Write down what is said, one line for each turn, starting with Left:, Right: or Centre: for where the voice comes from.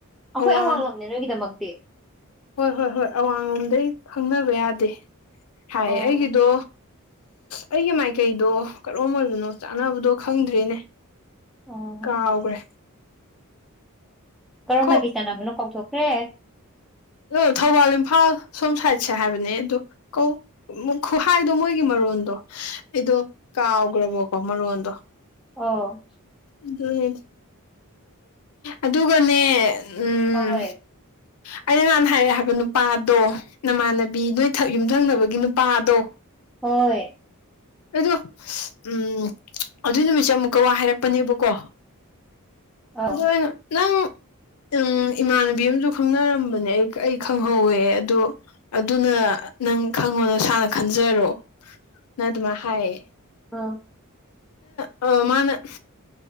Centre: ꯑꯩꯈꯣꯏ
Left: ꯑꯋꯥꯡ
Centre: ꯑꯋꯥꯡꯡꯂꯣꯝꯅꯦ ꯅꯣꯏꯒꯤꯗꯃꯛꯇꯤ
Left: ꯍꯣꯏ ꯍꯣꯏ ꯍꯣꯏ ꯑꯋꯥ ꯂꯣꯝꯗꯩ ꯈꯪꯅꯕ ꯌꯥꯗꯦ ꯍꯥꯏ
Centre: ꯑꯣ
Left: ꯑꯩꯒꯤꯗꯣ ꯑꯩꯒꯤ ꯃꯥꯏꯀꯩꯗꯣ ꯀꯔꯣꯝ ꯑꯣꯏꯕꯅꯣ ꯆꯥꯅꯕꯗꯣ ꯈꯪꯗ꯭ꯔꯦꯅꯦ
Centre: ꯑꯣ
Left: ꯀꯥꯎꯒ꯭ꯔꯦ
Centre: ꯀꯔꯣꯝ
Left: ꯈꯣ
Centre: ꯃꯥꯏꯀꯩ ꯆꯥꯟꯅꯕꯅꯣ ꯀꯥꯎꯊꯣꯛꯈ꯭ꯔꯦ
Left: ꯑꯣ ꯊꯧꯕꯥꯜ ꯏꯝꯐꯥꯜ ꯁꯣꯝ ꯁꯥꯏꯠꯁꯦ ꯍꯥꯏꯕꯅꯦ ꯑꯗꯣ ꯀꯧ ꯈꯨꯍꯥꯏꯗꯣ ꯃꯣꯏꯒꯤ ꯃꯔꯣꯟꯗꯣ ꯑꯩꯗꯣ ꯀꯥꯎꯈ꯭ꯔꯕꯣꯀꯣ ꯃꯔꯣꯟꯗꯣ
Centre: ꯑꯣ
Left: ꯑꯗꯨꯅꯤ ꯑꯗꯨꯒꯅꯦ ꯎꯝ
Centre: ꯍꯣꯏ
Left: ꯑꯩꯅ ꯅꯍꯥꯟ ꯍꯥꯏꯔꯛꯑꯦ ꯍꯥꯏꯕ ꯅꯨꯄꯥꯗꯣ ꯅꯃꯥꯟꯅꯕꯤ ꯅꯣꯏ ꯌꯨꯝꯊꯪꯅꯕꯒꯤ ꯅꯨꯄꯥꯗꯣ
Centre: ꯍꯣꯏ
Left: ꯑꯗꯣ ꯎꯝ ꯑꯗꯨꯏ ꯅꯨꯃꯤꯠꯁꯦ ꯑꯃꯨꯛꯀ ꯋꯥ ꯍꯥꯏꯔꯛꯄꯅꯦꯕꯀꯣ
Centre: ꯑꯧ
Left: ꯑꯗꯣ ꯑꯩꯅ ꯅꯪ ꯎꯝ ꯏꯃꯥꯟꯅꯕꯤ ꯑꯃꯥꯁꯨ ꯈꯪꯅꯔꯝꯕꯅꯦ ꯑꯩ ꯑꯩ ꯈꯪꯍꯧꯋꯦ ꯑꯗꯣ ꯑꯗꯨꯅ ꯅꯪ ꯈꯪꯉꯣ ꯅꯁꯥꯟꯅ ꯈꯟꯖꯔꯣꯅ ꯑꯗꯨꯃꯥꯏꯅ ꯍꯥꯏꯌꯦ
Centre: ꯑꯝ
Left: ꯑ ꯃꯥꯅ